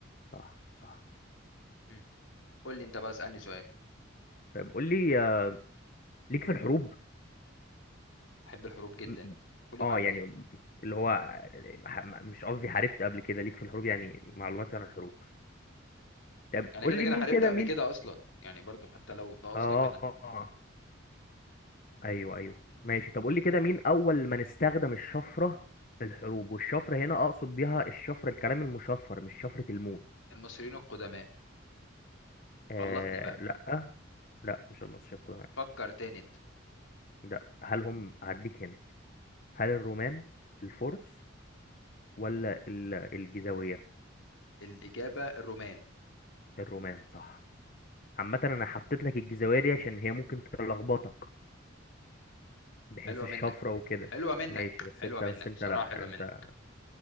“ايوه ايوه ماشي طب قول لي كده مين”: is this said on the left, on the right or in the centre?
Left